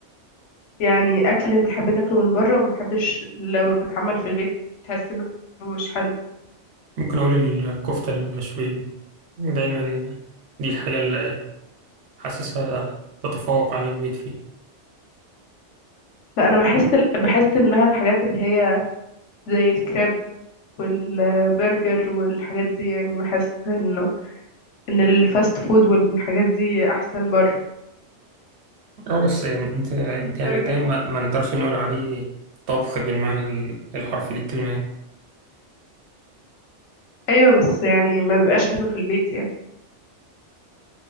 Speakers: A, on the left; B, on the right.
A: يعني أكل تحب تاكله من بره وما تحبش لو اتعمل في البيت تحس انه مش حلو
B: ممكن أقول الكفتة المشوية دايما دي الحاجة اللي حاسسها تتفوق عن البيت فيه
A: لا انا بحس ال... بحس انها الحاجات اللي هي زي الكريب والبرجر والحاجات دي يعني بحس انه ان الفاست فود والحاجات دي احسن بره
B: اه بس انت يعني
A: برجر
B: ده ما, ما نقدرش نقول عليه طبخ بالمعنى ال- الحرفي للكلمة يعني
A: ايوه بس يعني ما بيبقاش حلو في البيت يعني